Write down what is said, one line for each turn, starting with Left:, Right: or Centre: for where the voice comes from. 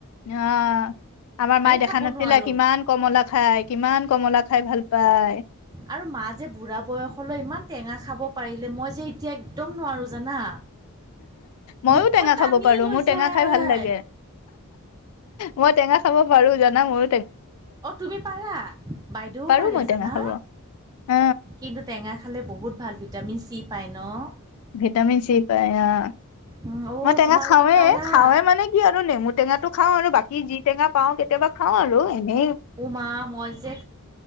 Left: অ, আমাৰ মায়ে দেখা
Right: খাব
Left: নাছিলে,
Right: নোৱাৰোঁ
Left: কিমান কমলা খাই, কিমান কমলা খাই ভাল পায়?
Right: আৰু মা যে বুঢ়া বয়সলৈ ইমান টেঙা খাব পাৰিলে, মই যে এতিয়া একদম নোৱাৰো জানা।
Left: মইয়ো
Right: মুখখন
Left: টেঙা
Right: টানি
Left: খাব পাৰো,
Right: লৈ
Left: মোৰ টেঙা
Right: যায়
Left: খাই ভাল লাগে। মই টেঙা খাব পাৰো, জানা‌ মোৰ
Right: অ, তুমি পাৰা, বাইদেউও
Left: পাৰো
Right: পাৰে
Left: মই টেঙা
Right: জানা।
Left: খাব অ
Right: কিন্তু টেঙা খালে বহুত ভাল, ভিটামিন চি পায় ন।
Left: ভিটামিন চি পায় আহ,
Right: উম অ
Left: মই টেঙা
Right: তোমালোকে
Left: খাওৱে,
Right: পাৰা?
Left: খাওৱে মানে কি আৰু নেমু টেঙা খাওঁ আৰু বাকী যি টেঙা পাওঁ, কেতিয়াবা খাওঁ আৰু এনে
Right: উ, মা, মই যে